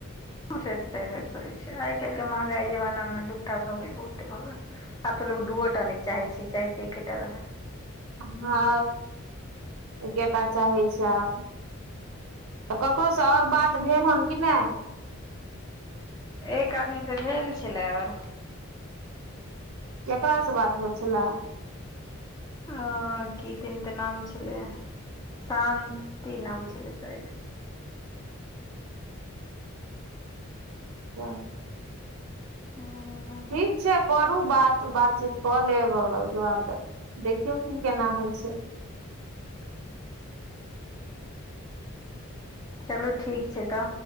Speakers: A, on the left; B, on the right.
A: से तेबे करै छै आइ काल्हि के महँंगाई जमाना मे दूटा भऽ गेल बहुते भऽ गेल। आब तऽ लोग दूओटा नहि चाहे छैै चाहे छै एकेटा रहै।
B: हँ एकेटा चाहै छै आब। तऽ ककरो से आओर बात भेल हन कि नई।
A: एक आदमीसँ भेल छलै आओर।
B: केकरास से बात भेल छले।
A: अ क दिन ते नाम छले शान्ति नाम छलै शायद।
B: हँ।
A: हँ
B: ठीक छै। करू बात बातचीत कऽ लेब ओहिके बाद देखियौ की केना होइ छै।
A: चलू ठीक छै तऽ।